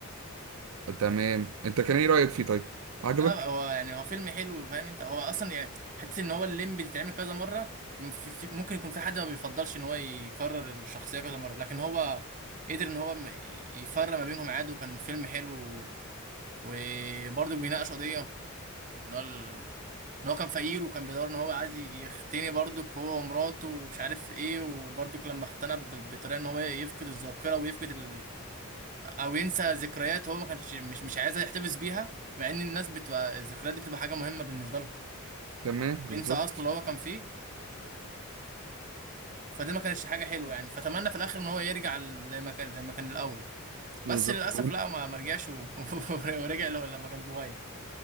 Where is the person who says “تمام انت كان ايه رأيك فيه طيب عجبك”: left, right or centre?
Right